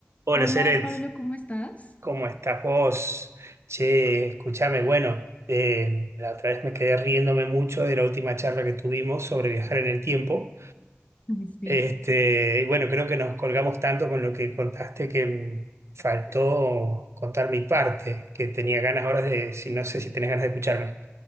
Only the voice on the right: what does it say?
Hola,
Seret,
¿cómo estás vos? Che, escúchame, bueno, eh, la otra vez me quedé riéndome mucho de la última charla que tuvimos sobre viajar en el tiempo.
Este, y bueno, creo que nos colgamos tanto con lo que contaste que mm, faltó contar mi parte, que tenía ganas ahora de, si no sé si tenés ganas de escucharme.